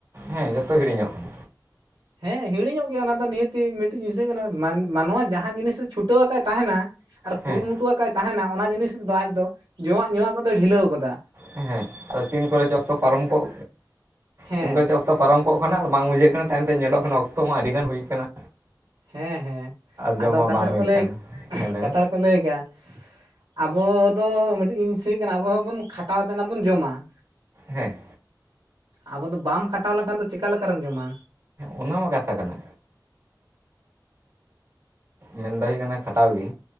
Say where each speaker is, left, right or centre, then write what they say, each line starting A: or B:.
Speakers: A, on the right (about 35°); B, on the right (about 80°).
A: ᱦᱮᱸ ᱡᱚᱛᱚ ᱦᱤᱲᱤᱧᱚᱜ ᱠᱟᱱᱟ
B: <inaudible> ᱦᱮᱸ ᱦᱤᱲᱤᱧᱚᱜ ᱜᱮᱭᱟ ᱚᱱᱟ ᱫᱚ, ᱱᱤᱦᱟᱹᱛᱤ ᱢᱤᱫᱴᱤᱡ ᱡᱤᱱᱤᱥᱟᱹᱜ ᱠᱟᱱᱟ, ᱢᱟᱱᱣᱟ ᱡᱟᱦᱟᱸ ᱡᱤᱱᱤᱥ ᱪᱷᱩᱴᱟᱹᱣ ᱟᱠᱟᱫ ᱛᱟᱦᱮᱱᱟ ᱾ ᱟᱨ ᱠᱩᱨᱩᱢᱩᱴᱩ
A: ᱦᱮᱸ
B: ᱠᱟᱭ ᱛᱟᱦᱮᱱᱟ ᱚᱱᱟ ᱡᱤᱱᱤᱥ ᱫᱚ ᱟᱡ ᱫᱚ ᱡᱚᱢᱟᱜ ᱧᱩᱣᱟᱜ ᱠᱚᱫᱚ ᱰᱷᱤᱞᱟᱹᱣ ᱜᱚᱫᱟ ᱾
A: ᱦᱮᱸ, ᱟᱫᱚ ᱛᱤᱱ ᱠᱚᱨᱮ ᱪᱚ ᱚᱠᱛᱚ ᱯᱟᱨᱚᱢ ᱠᱚᱜ
B: ᱦᱮᱸ
A: ᱛᱤᱱ ᱠᱚᱨᱮ ᱪᱚ ᱚᱠᱛᱚ ᱯᱟᱨᱚᱢ ᱠᱚᱜ ᱠᱟᱱᱟ ᱵᱟᱝ ᱵᱩᱡᱷᱟᱹᱜ ᱠᱟᱱᱟ, ᱛᱟᱭᱚᱢᱛᱮ ᱧᱮᱞᱚᱜ ᱠᱟᱱᱟ ᱚᱠᱛᱚ ᱢᱟ ᱟᱹᱰᱤ ᱜᱟᱱ ᱦᱩᱭ ᱟᱠᱟᱱᱟ ᱾
B: ᱦᱮᱸ ᱦᱮᱸ,
A: ᱡᱚᱢ
B: ᱟᱫᱚ
A: ᱢᱟ
B: ᱠᱟᱛᱷᱟ
A: ᱵᱟᱝ ᱦᱩᱭ
B: ᱨᱮᱠᱚ
A: ᱠᱟᱱ
B: ᱞᱟᱹᱭ
A: ᱦᱮᱸ ᱞᱟᱹᱭ
B: ᱠᱟᱛᱷᱟ
A: ᱢᱮ
B: ᱨᱮᱠᱚ ᱞᱟᱹᱭ ᱠᱼᱟ ᱟᱵᱚ ᱫᱚ ᱢᱤᱫᱴᱤᱡ ᱡᱤᱱᱤᱥ ᱦᱩᱭᱩᱜ ᱠᱟᱱᱟ, ᱟᱵᱚ ᱦᱚᱸᱵᱚᱱ ᱠᱷᱟᱴᱟᱣ ᱛᱮ ᱚᱱᱟ ᱵᱚᱱ ᱡᱚᱢᱟ ᱾
A: ᱦᱮᱸ ᱾
B: ᱟᱵᱚ ᱫᱚ ᱵᱟᱢ ᱠᱷᱟᱴᱟᱣ ᱞᱮᱱᱠᱷᱟᱱ ᱫᱚ ᱪᱮᱠᱟᱞᱮᱠᱟᱨᱮᱢ ᱡᱚᱢᱟ?
A: ᱚᱱᱟᱢᱟ ᱠᱟᱛᱷᱟ ᱠᱟᱱᱟ ᱢᱮᱱ ᱫᱟᱧ ᱚᱱᱟ ᱠᱷᱟᱴᱟᱣ ᱜᱮ,